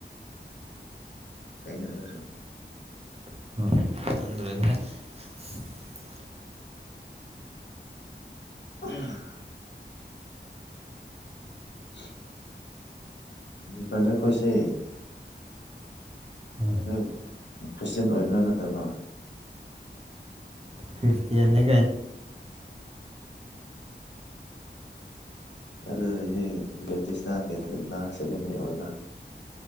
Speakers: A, on the left (about 70°); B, on the right (about 35°).
A: ꯐꯩꯅꯗ ꯁ
B: ꯆ꯭ꯔꯗ
A: ꯎꯝ <unintelligible> ꯗꯔ ꯈꯣꯏꯁꯦ
B: ꯍꯣꯏ
A: ꯍ ꯈ꯭ꯔꯤꯁꯇꯦꯟ ꯑꯣꯏꯕ꯭ꯔꯥ ꯅꯠꯇꯕ
B: ꯐ꯭ꯔꯤꯁꯇꯤꯌꯥꯅꯤ
A: ꯑꯗꯨꯗꯗꯤ ꯕꯦꯞꯇꯤꯁꯅ ꯀꯦꯊꯂꯤꯛꯅ ꯁꯚꯦꯟꯗꯩ ꯑꯣꯏꯒ